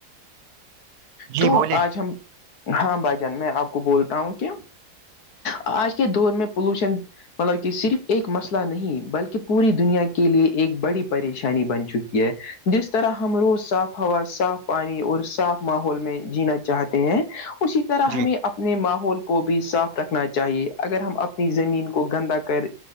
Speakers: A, on the right; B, on the left.
A: جی
B: تو
A: بولیے
B: آج ہم ہاں بھائی جان میں آپ کو بولتا ہوں کہ آج کے دور میں پولوشن مطلب کہ صرف ایک مسئلہ نہیں بلکہ پوری دنیا کے لیے ایک بڑی پریشانی بن چکی ہے جس طرح ہم روز صاف ہوا صاف پانی اور صاف ماحول میں جینا چاہتے ہیں اسی طرح
A: جی
B: ہمیں اپنے اپنے ماحول کو بھی صاف رکھنا چاہیے اگر ہم اپنی زمین کو گندا کر